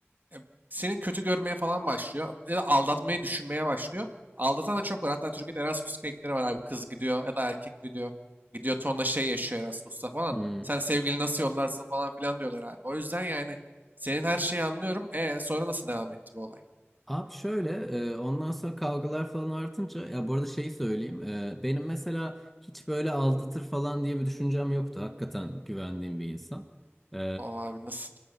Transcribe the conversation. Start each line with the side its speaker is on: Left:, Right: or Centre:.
Right: e, seni kötü görmeye falan başlıyor. Ya da aldatmayı düşünmeye başlıyor. Aldatan da çok var. Hatta Türkiye'de Erasmus klinikleri var abi. Kız gidiyor ya da erkek gidiyor. Gidiyor tonla şey yaşıyor Erasmus'ta falan.
Centre: Hmm.
Right: Sen sevgili nasıl yollarsın falan filan diyorlar abi. O yüzden yani senin her şeyi anlıyorum. E sonra nasıl devam etti bu olay?
Centre: Abi şöyle e, ondan sonra kavgalar falan artınca ya bu arada şeyi söyleyeyim. E, benim mesela hiç böyle aldatır falan diye bir düşüncem yoktu. Hakikaten güvendiğim bir insan. E,
Right: O abi nasıl?